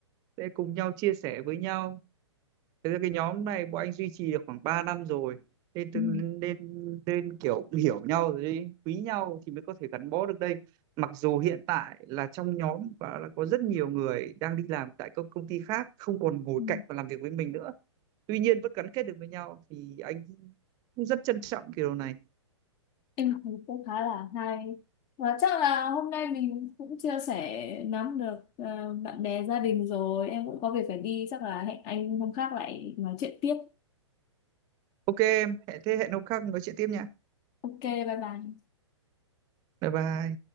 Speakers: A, on the right; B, on the left.
A: sẽ cùng nhau chia sẻ với nhau Thế ra cái nhóm này bọn anh duy trì được khoảng 3 năm rồi nên tự-
B: Ừ.
A: nên nên kiểu hiểu nhau rồi ấy, quý nhau thì mới có thể gắn bó được đây mặc dù hiện tại là trong nhóm và là có rất nhiều người đang đi làm tại các công ty khác không còn ngồi
B: Ừ.
A: cạnh và làm việc với mình nữa tuy nhiên vẫn gắn kết được với nhau thì anh cũng rất trân trọng cái điều này
B: Em thấy cũng khá là hay và chắc là hôm nay mình cũng chia sẻ nắm được ờ, bạn bè gia đình rồi em cũng có việc phải đi chắc là hẹn anh hôm khác lại nói chuyện tiếp
A: ok em hẹn thế hẹn hôm khác nói chuyện tiếp nha
B: ok bye bye
A: bye bye